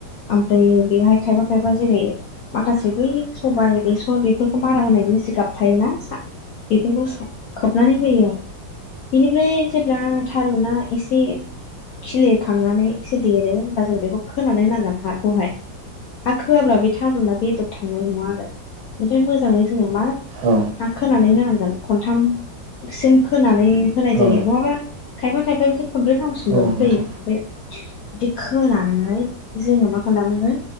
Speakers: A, on the left (about 75°); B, on the right (about 70°).
A: आमफ्राय बेहाय खायफा खायफा जेरै माखासे बै सबाय बेसर बेफोरखौ मारा होनायनि जिगाब थायोना सा बेफोरखौ सा नानै होयो आरो बेनिफ्राय जेब्ला थारुना एसे खिलिखांनानै एसे देरो होनबा जोंङो बेखौ खोनानै होनांगोन हाखौहाय हा खोआब्ला बे थारुना बेदर थांनाय नङा आरो ओमफाय मोजाङै जोङो मा
B: औ
A: हा खोनानै होनांगोन खनथामसिम खोनानै होनाय जायो
B: औ
A: नङाबा खायफा खायफा इनिफायबो खनब्रै गामसिमबो
B: औ नोंथां
A: फैयो ओमफ्राय बिदि खोनानै जोङो मा खालामो